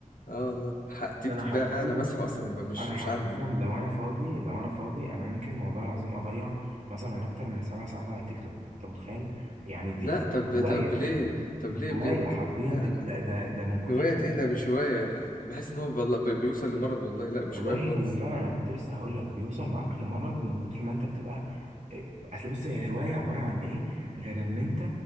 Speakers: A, on the left (about 75°); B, on the right (about 55°).
A: اه والله ح- تيك
B: ده انا
A: توك
B: حرفيا
A: ده انا مسحه اصلا ب- مش
B: انا
A: مش
B: حرفيا
A: عندي
B: لو انا فاضي لو انا فاضي انا ممكن والله العظيم اضيع مثلا اكتر من سبع ساعات على التيك توك انت متخيل يعني دي
A: لا طب
B: دي هوايه
A: طب ليه طب
B: دي
A: ليه
B: هوايه
A: بجد
B: حرفيا
A: لا
B: ده
A: لا
B: ده ده, ده من كتر
A: هواية ايه ده مش هواية ده بحس ان هو والله بي- بيوصل لمرض والله لا مش
B: والله
A: هواية خالص
B: هو فعلا انا كنت لسه هقول لك بيوصل معاك لمرض من كتر ما انت بتبقى إيه، اصل بص هي الهوايه عباره عن ايه غير ان انت